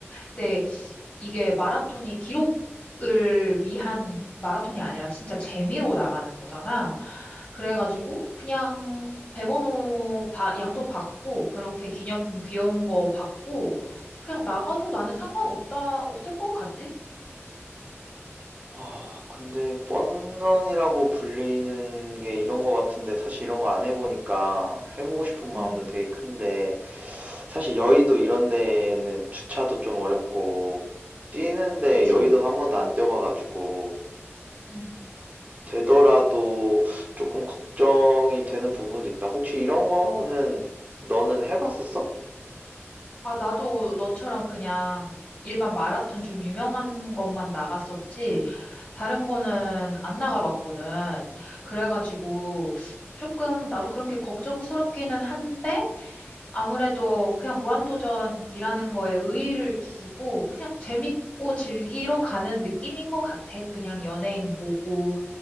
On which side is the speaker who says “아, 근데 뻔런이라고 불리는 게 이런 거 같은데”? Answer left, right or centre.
Right